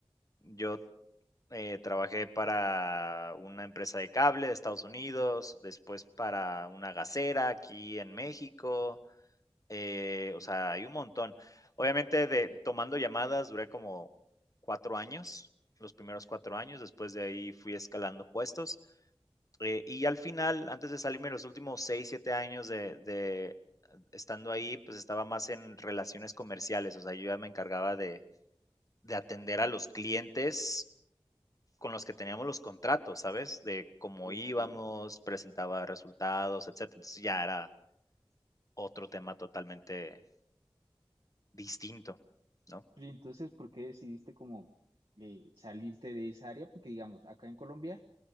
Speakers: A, on the left; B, on the right.
A: yo Eh, trabajé para una empresa de cable de Estados Unidos, después para una gasera aquí en México, eh, o sea, hay un montón. Obviamente, de, tomando llamadas duré como cuatro años, los primeros cuatro años, después de ahí fui escalando puestos. Eh, y al final, antes de salirme, los últimos seis, siete años de, de estando ahí, pues estaba más en relaciones comerciales, o sea, yo ya me encargaba de, de atender a los clientes con los que teníamos los contratos, ¿sabes? De cómo
B: Ok.
A: íbamos, presentaba resultados, etcétera. Entonces ya era otro tema totalmente distinto, ¿no?
B: Y entonces, ¿por qué decidiste como eh, salirte de esa área? Porque, digamos, acá en Colombia